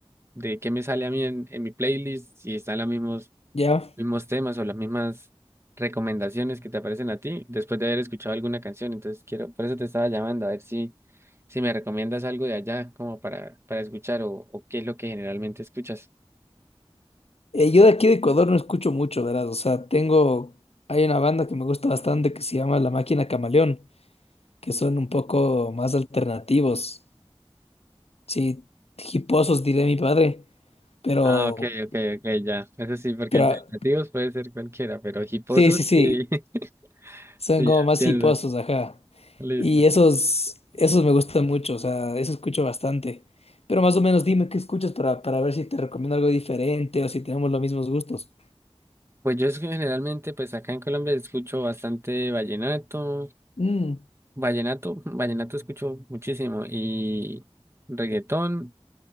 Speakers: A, on the right; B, on the left.
A: de qué me sale a mí en, en mi playlist, si están los mismos,
B: Ya.
A: mismos temas o las mismas recomendaciones que te aparecen a ti después de haber escuchado alguna canción. Entonces quiero, por eso te estaba llamando, a ver si, si me recomiendas algo de allá como para, para escuchar o, o qué es lo que generalmente escuchas.
B: Eh, yo de aquí de Ecuador no escucho mucho, ¿verdad? O sea, tengo. Hay una banda que me gusta bastante que se llama La Máquina Camaleón, que son un poco más alternativos. Sí, hiposos diré mi padre, pero.
A: Ah, ok, ok, ok, ya. Eso sí, porque
B: Pero.
A: alternativos puede ser cualquiera, pero hiposos
B: Sí, sí, sí.
A: sí, <laughs>
B: Son
A: sí,
B: como
A: ya
B: más
A: entiendo.
B: hiposos, ajá.
A: Listo.
B: Y esos. Esos me gustan mucho, o sea, eso escucho bastante. Pero más o menos dime qué escuchas para, para ver si te recomiendo algo diferente o si tenemos los mismos gustos.
A: Pues yo es- generalmente, pues acá en Colombia escucho bastante vallenato,
B: Mm.
A: Vallenato, vallenato escucho muchísimo y reggaetón